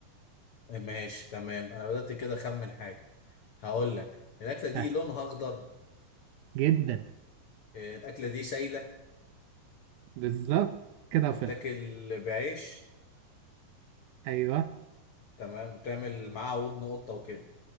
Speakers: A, on the left (about 75°); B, on the right (about 75°).
A: ماشي تمام انا بدات كده اخمن حاجه هقول لك الاكله دي
B: ها
A: لونها اخضر
B: جدا
A: آه، الاكله دي سايله
B: بالظبط كده
A: تتاكل
B: وصلت
A: بعيش
B: ايوه
A: تمام وتعمل معاها ودن قطه وكده